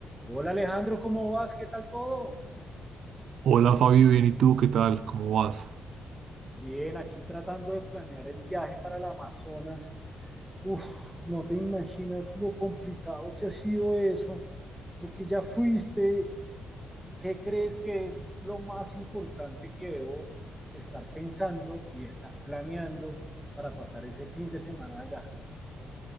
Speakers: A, in the centre; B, on the right.
A: Hola Alejandro, ¿cómo vas? ¿Qué tal todo?
B: Hola Fabio, bien, ¿y tú qué tal? ¿Cómo vas?
A: Bien, aquí tratando de planear el viaje para el Amazonas. Uf, no te imaginas lo complicado que ha sido eso. Tú que ya fuiste, ¿qué crees que es lo más importante que debo estar pensando y estar planeando para pasar ese fin de semana allá?